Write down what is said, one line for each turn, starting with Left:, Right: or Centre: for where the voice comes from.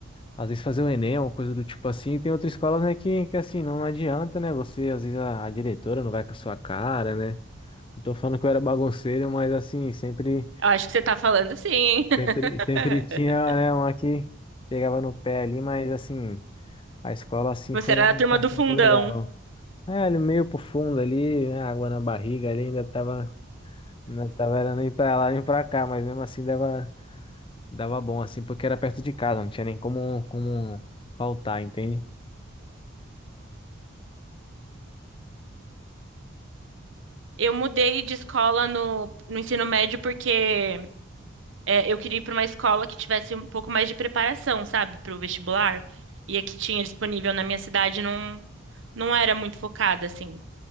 Left: às vezes fazer o Enem, uma coisa do tipo assim. E tem outras escolas, né, que, que assim, não adianta, né? Você, às vezes, a, a diretora não vai com a sua cara, né? Não tô falando que eu era bagunceiro, mas assim, sempre,
Right: Eu acho que você tá falando sim, hein? <laughs>
Left: sempre, sempre tinha, né, uma que pegava no pé ali, mas assim, a escola assim
Right: Você
Left: foi
Right: era
Left: um,
Right: da turma
Left: foi
Right: do
Left: um tempo
Right: fundão.
Left: legal. É, ele meio pro fundo ali, né, água na barriga ali, ainda tava, ainda tava, era nem pra lá nem pra cá, mas mesmo assim dava. Dava bom, assim, porque era perto de casa, não tinha nem como, como faltar, entende?
Right: Eu mudei de escola no, no ensino médio porque é, eu queria ir para uma escola que tivesse um pouco mais de preparação, sabe, para o vestibular. E a que tinha disponível na minha cidade não, não era muito focada, assim.